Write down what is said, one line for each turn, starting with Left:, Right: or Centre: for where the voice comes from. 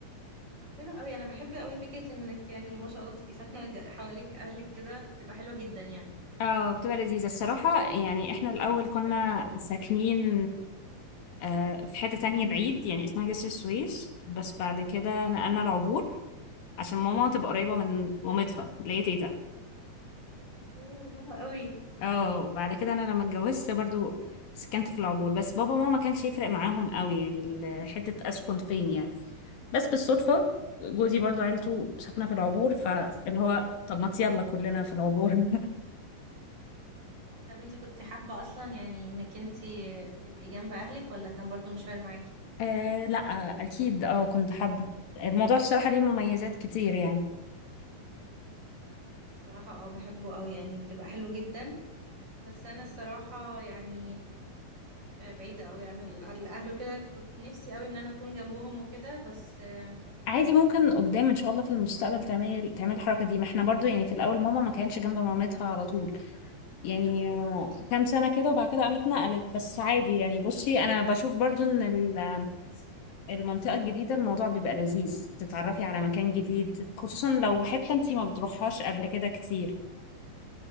Right: طب حلو قوي انا بحب قوي فكره انك يعني ما شاء الله تبقي ساكنه ج- حواليك اهلك كده بتبقى حلوه جدا يعني
Left: اه بتبقى لذيذة الصراحة يعني احنا الأول كنا ساكنين آه، في حتة تانية بعيد يعني اسمها جسر السويس بس بعد كده نقلنا العبور عشان ماما تبقى قريبة من مامتها اللي هي تيتا
Right: ايه حلو قوي
Left: اه وبعد كده انا لما اتجوزت برضو سكنت في العبور بس بابا وماما ما كانش يفرق معاهم قوي يعني ال- حتة اسكن فين يعني بس بالصدفة جوزي برضو عيلته ساكنة في العبور فاللي هو طب ما يلا كلنا في العبور
Right: طب انتي كنت حابه اصلا يعني انك انتي تبقي جنب اهلك ولا كان برضو مش فارق معاكي
Left: <laughs> آه لا اكيد اه كنت حابة الموضوع الصراحة ليه مميزات كتير يعني
Right: بصراحه اه بحبه قوي يعني بتبقى حلو جدا بس انا الصراحه يعني آه، بعيده قوي عن ال- عن الاهل وكده كنت نفسي قوي ان انا اكون جنبهم وكده بس آه،
Left: عادي ممكن قدام ان شاء الله في المستقبل تعمل تعمل الحركة دي ما احنا برضو يعني في الاول ماما ما كانتش جنب مامتها على طول يعني آه، كام سنة كده وبعد كده قامت نقلت بس عادي يعني بصي أنا بشوف برضو إن ال- المنطقة الجديدة الموضوع بيبقى لذيذ بتتعرفي على مكان جديد خصوصا لو حتة انتي ما بتروحهاش قبل كده كتير